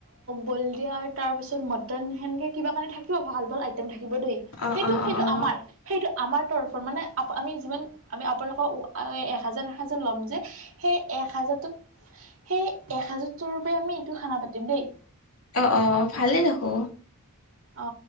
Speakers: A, on the right; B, on the left.
A: বলডিয়াৰ তাৰপিছত ম সেনেক কিবাানি থাকে ভাল ভ আইম থাকিব দেই
B: অ
A: সেইটো
B: অ
A: সেইটো
B: অ অ
A: আমাৰ সেইটো আমাৰ তৰফৰ মানে আমি যিমান আমি আপোনালোকৰ এ হাজাৰ এাজাৰ ল'ম যে সেই এক হাজাৰটো সেই এক হাজাৰটোৰ বাবে আমি এইটো খানা পাতিম দেই
B: অ অ ভালেই ৰাখো
A: অ